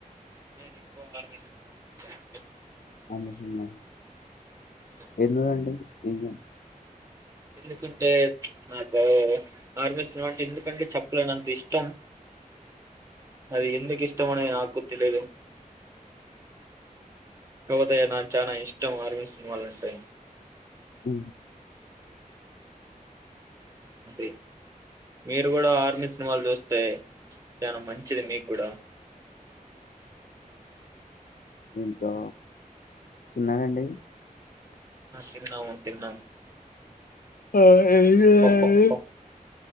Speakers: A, on the right; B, on the left.
A: నేను ఎక్కువ ఆర్మి సినిమా <unintelligible> నండి
B: ఆర్మీ సినిమాలు
A: హ్మ్.
B: ఎందుకండి రెసన్
A: ఎందుకంటే నాకు ఆర్మీ సినిమా అంటే ఎందుకంటే చెప్పలేనంత ఇష్టం అది ఎందుకు ఇష్టం అనే నాకు తెలీదు కాకపోతే నాకు చాలా ఇష్టం ఆర్మీ సినిమాలుంటే
B: అ
A: అది మీరు కూడా ఆర్మీ సినిమాలు చూస్తే చాలా మంచిది మీకు కూడా
B: దీంతో తన్నావండి
A: తిన్నాము తిన్నాము
B: హ ఏద
A: పప్ప